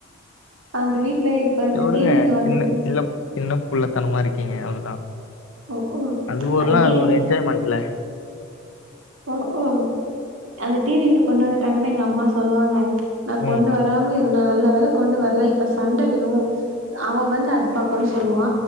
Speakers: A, on the right; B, on the left.
A: அந்த வீட்ல இப்ப அந்த
B: சரி வுடுங்க
A: டி வி இங்க வந்துட்டு
B: சின்ன
A: வச்சுங்
B: சில்ல சின்ன புள்ளத்தனமா இருக்கீங்க அவ்ள்வுதா
A: வச்சுக்கோ
B: அது ஒருல
A: அந்த டிவி
B: அது ஒரு என்ஜாய்மெண்ட்ல
A: ஒ ஓ அந்த டி வி இங்க கொண்டு வந்துட்டாங்கன்னு எங்க அம்மா சொல்லுவாங்க நா
B: ம்
A: கொண்டு
B: ம்
A: வராம இருந்தா நல்லா ஒருவேள கொண்டு வர்லா இப்ப சண்ட விலு அவ வந்து அது பாக்குனு சொல்லுவா